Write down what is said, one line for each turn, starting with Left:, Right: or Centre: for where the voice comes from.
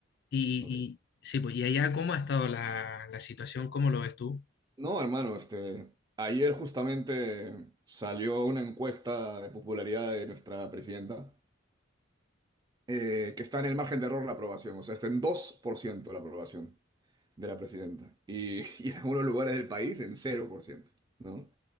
Left: Y,
Right: ok.
Left: y sí, pues, ¿y allá cómo ha estado la, la situación? ¿Cómo lo ves tú?
Right: No, hermano, este, ayer justamente salió una encuesta de popularidad de nuestra presidenta. eh, que está en el margen de error la aprobación, o sea, está en 2% la aprobación de la presidenta y, <laughs> y en algunos lugares del país en 0%, ¿no?